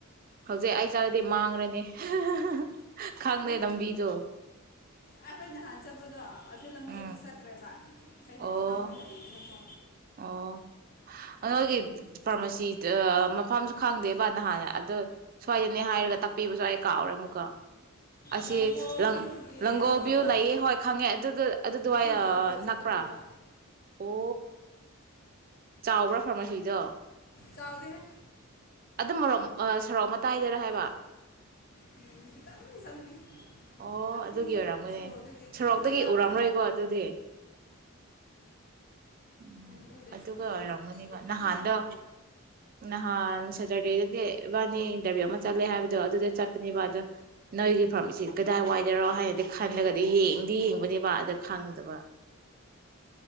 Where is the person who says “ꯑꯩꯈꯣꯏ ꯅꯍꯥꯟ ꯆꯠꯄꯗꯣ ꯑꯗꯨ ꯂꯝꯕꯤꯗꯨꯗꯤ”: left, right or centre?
Left